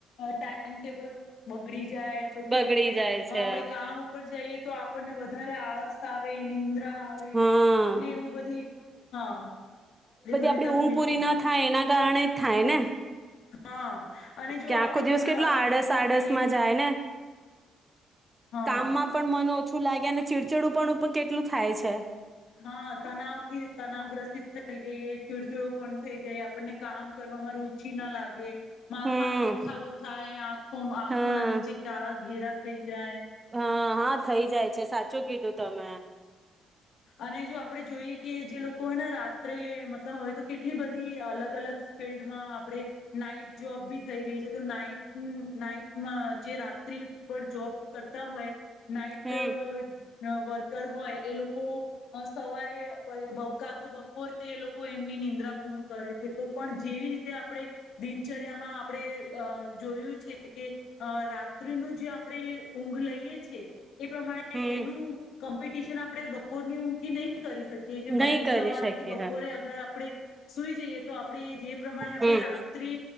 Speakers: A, on the left; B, on the right.
A: ટાઈમ ટેબલ બગડી જાય પછી
B: બગડી
A: આપણને
B: જાય
A: અ
B: છે.
A: આપડે કામ ઉપર જઈએ તો આપણને વધારે આળસ આવે નિંદ્રા આવે
B: હા
A: ને એવું બધી હા એ બધી
B: આપડી
A: તકલીફ
B: ઊંઘ પૂરી
A: થાય.
B: ના એના કારણે થાય ને.
A: હા. અને જો
B: કે આખો
A: આપણે
B: દિવસ
A: કેટલા
B: કેટલો
A: આપણે
B: આડસ
A: જોતા
B: આડસ
A: હોઈએ
B: માં જાય ને
A: હા
B: કામમાં પણ મન ઓછ ઓછું લાગે અને ચીડચિડુંપણુ પણ કેટલું થાય છે.
A: હા તનાવ થી તનાવગ્રસ્તિત થઈ જઈએ ચીડચીડુંપણું થઈ જાય આપણને કામ કરવામા રુચિ ન લાગે માથાનો
B: હમ
A: દુખાવો થાય આંખો આંખોના
B: હા
A: નીચે કાળા ઘેરા થઈ જાય.
B: હા હા થઈ જાય છે. સાચું કીધું તમે.
A: અને જો આપણેે જોઈએ કે જે લોકોને રાત્રે મતલબ હોય તો કેટલી બધી અલગ-અલગ ફિલ્ડમાં આપણે નાઈટ જોબ બી થઈ ગઈ છે તો નાઈટ નાઈટમાં જે રાત્રિ પર જોબ કરતા હોય નાઈટ
B: હમ
A: અ વર્કર હોય એ લોકો લોકો અ સવારે બ કા તો બપોરે એ લોકો એમની નિંદ્રા પૂર્ણ કરે છે. તો પણ જેવી રીતે આપણે દિનચર્યામાં આપણે અ જોયું છે કે અ રાત્રિનું જે આપ આપણે ઊંઘ લઈએ છે એ પ્રમાણે
B: હમ
A: એનું કોમ્પિટિશન આપણે બપ ની ઊંઘથી નહી કરી શકીએ કે બ
B: નહી કરી
A: સવારે
B: શકીએ
A: કે બપોરે અગર આપણે સુઈ જઈએ તો આપણે જે પ્રમાણે આપણે
B: હમ
A: રાત્રિ